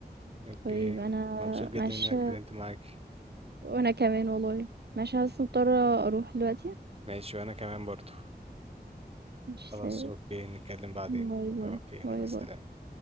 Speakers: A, on the right; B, on the right.
A: أوكي
B: طيب انا
A: مبسوط جدا
B: ماشي
A: إن أنا اتكلمت معاك
B: وانا كمان والله ماشي بس مضطرة اروح دلوقتي
A: ماشي وأنا كمان برضو
B: ماشي
A: خلاص
B: سلام.
A: أوكي نتكلم بعدين
B: باي باي
A: أوكي
B: باي
A: مع السلامة
B: باي